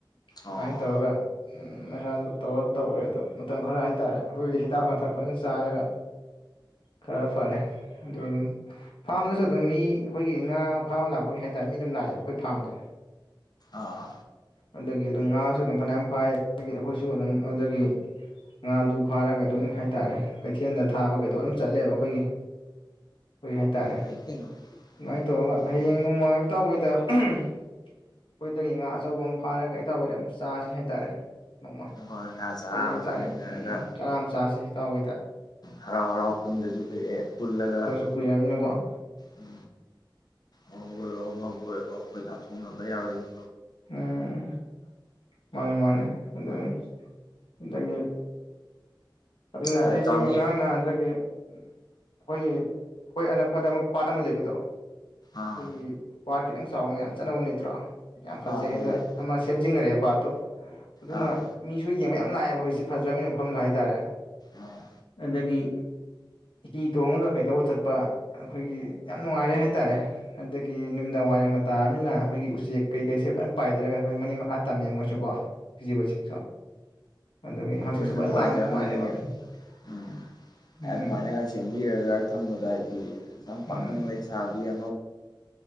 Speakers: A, on the left; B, on the left.
A: ꯑꯗꯨꯃꯥꯏꯅ
B: ꯑꯣ
A: ꯇꯧꯔꯒ ꯃꯁꯥꯗꯨ ꯇꯧꯔ ꯇꯧꯔꯦ ꯑꯗꯨ ꯃꯇꯝ ꯈꯔ ꯍꯥꯏꯇꯥꯔꯦ ꯑꯩꯈꯣꯏ ꯍꯧꯖꯤꯛ ꯍꯤꯗꯥꯛ ꯂꯥꯡꯊꯛ ꯐꯖꯅ ꯆꯥꯔꯒ ꯈꯔ ꯐꯔꯦ ꯑꯗꯨ ꯑꯗꯨꯝ ꯐꯥꯝꯗꯁꯨ ꯑꯗꯨꯝ ꯃꯤ ꯑꯩꯈꯣꯏꯒꯤ ꯉꯥ ꯐꯥꯕ ꯂꯥꯛꯄꯒꯤ ꯍꯥꯏꯇꯥꯥꯔꯦ ꯃꯤ ꯑꯗꯨꯝ ꯂꯥꯛꯑꯦꯕ ꯑꯩꯈꯣꯏ ꯐꯥꯔꯝꯗꯣ
B: ꯑꯥ
A: ꯑꯗꯨꯒꯤ ꯑꯗꯨꯝ ꯉꯥꯁꯨ ꯑꯗꯨꯝ ꯐꯅꯌꯥꯝ ꯐꯥꯏ ꯑꯗꯒꯤ ꯑꯩꯈꯣꯏꯁꯨ ꯑꯗꯨꯝ ꯑꯗꯨꯗꯒꯤ ꯉꯥꯗꯨ ꯐꯥꯔꯒ ꯑꯗꯨꯝ ꯍꯥꯏꯇꯥꯔꯦ ꯀꯩꯊꯦꯜꯗ ꯊꯥꯕ ꯀꯩꯗꯧꯕ ꯑꯗꯨꯝ ꯆꯠꯂꯦꯕ ꯑꯩꯈꯣꯏꯒꯤ ꯍꯣꯏ ꯍꯥꯏꯇꯥꯔꯦ
B: ꯐꯩ ꯀꯩꯅꯣ
A: ꯁꯨꯃꯥꯏꯅ ꯇꯧꯔꯒ
B: ꯍꯥꯏꯗꯤ
A: ꯍꯌꯦꯡ ꯅꯣꯡꯃ ꯏꯇꯥꯎꯍꯣꯏꯗ ꯑꯩꯈꯣꯏꯗꯒꯤ ꯉꯥ ꯑꯆꯧꯕ ꯑꯃ ꯐꯥꯔꯒ ꯏꯇꯥꯎꯈꯣꯏꯗ ꯑꯃ ꯆꯥꯁꯤ ꯍꯥꯏꯇꯥꯔꯦ ꯅꯣꯡꯃ
B: ꯍꯣꯏ ꯉꯥ ꯆꯔꯥ
A: ꯍꯣꯏ
B: ꯑꯃ
A: ꯍꯥꯏꯇꯥꯔꯦ
B: ꯆꯥꯃꯤꯟꯅꯔꯒ
A: ꯎꯝ ꯆꯔꯥ ꯑꯃ ꯆꯁꯤ ꯇꯥꯎꯕꯩꯗ
B: ꯍꯔꯥꯎ ꯍꯔꯥꯎ ꯄꯨꯟꯗꯁꯨ ꯀꯨꯏꯑꯦ ꯄꯨꯜꯂꯒ
A: ꯀꯨꯏꯔꯕꯅꯤꯅꯀꯣ
B: ꯎ ꯑꯃꯕꯨ ꯑꯣꯏꯔꯣ ꯑꯃꯕꯨ ꯑꯣꯏꯔꯣ ꯑꯩꯈꯣꯏ ꯂꯥꯞꯊꯣꯛꯅꯕ ꯌꯥꯔꯣꯏꯒ
A: ꯎꯝ ꯃꯥꯅꯦ ꯃꯥꯅꯦ ꯑꯗꯨꯅꯦ ꯑꯗꯒꯤ ꯑꯗꯨꯅ
B: ꯑꯗꯣ
A: ꯑꯩꯁꯨ
B: ꯏꯇꯥꯎ ꯅꯣꯏ
A: ꯉꯔꯥꯡ ꯅꯍꯥꯟꯗꯒꯤ ꯑꯩꯈꯣꯏꯒꯤ ꯑꯩꯈꯣꯏ ꯑꯅꯛꯄꯗ ꯄꯥꯠ ꯑꯃ ꯂꯩꯕꯗꯣ꯫
B: ꯑꯥ
A: ꯑꯩꯈꯣꯏꯒꯤ ꯄꯥꯠ ꯈꯤꯇꯪ ꯆꯥꯎꯕ ꯃꯌꯥꯝ ꯆꯠꯅ ꯑꯝ ꯂꯩꯇ꯭ꯔꯣ ꯌꯥꯝ ꯐꯖꯩ
B: ꯑꯥ
A: ꯍꯥꯏꯗ
B: ꯂꯩ ꯂꯩ
A: ꯑꯃ ꯁꯦꯝꯖꯤꯟꯒꯔꯦꯕ꯫ ꯄꯥꯠꯇꯣ ꯑꯗꯨꯅ
B: ꯑꯥ
A: ꯃꯤꯁꯨ ꯌꯦꯡꯕ ꯌꯥꯝ꯫ ꯌꯥꯝ ꯂꯥꯛꯑꯦ ꯍꯧꯖꯤꯛꯁꯤ ꯐꯖꯔꯕꯅꯤꯅ ꯃꯐꯝꯗꯣ ꯍꯥꯏꯇꯥꯔꯦ
B: ꯑꯥ
A: ꯑꯗꯒꯤ ꯍꯤ ꯇꯣꯡꯉꯒ ꯀꯩꯗꯧꯔ ꯆꯠꯄ ꯑꯩꯈꯣꯏꯒꯤ ꯌꯥꯝ ꯅꯨꯡꯉꯥꯏꯔꯦ ꯍꯥꯏ ꯇꯥꯔꯦ ꯑꯗꯒꯤ ꯅꯨꯃꯤꯗꯥꯡ ꯋꯥꯏꯔꯝꯇꯥꯔꯕꯅꯤꯅ ꯑꯩꯈꯣꯏꯒꯤ ꯎꯆꯦꯛ ꯀꯩꯀꯩꯁꯦ ꯂꯣꯏ ꯄꯥꯏꯗꯔꯒ ꯑꯩꯈꯣꯏ ꯃꯅꯤꯡ ꯃꯈꯥ ꯇꯝꯃꯦ ꯃꯣꯏꯁꯨꯀꯣ ꯍꯧꯖꯤꯛ ꯍꯧꯖꯤꯛꯁꯨ꯫ ꯑꯗꯒꯤ ꯍꯪꯆꯤꯠꯁꯨ
B: ꯃꯣꯏꯁꯨ
A: ꯐꯖꯅ
B: ꯅꯨꯡꯉꯥꯏꯖꯔꯝꯗꯣꯏꯅꯤ
A: ꯂꯥꯡꯉꯦ ꯅꯨꯡꯉꯥꯏꯔꯦꯕ
B: ꯎꯝ
A: ꯎꯝ
B: ꯑꯗꯨꯃꯥꯏꯅꯒ ꯁꯦꯝꯕꯤꯔꯒ ꯊꯝꯕꯗ ꯍꯥꯏꯗꯤ
A: ꯎꯝ
B: ꯄꯥꯈꯪ ꯂꯩꯁꯕꯤ <unintelligible>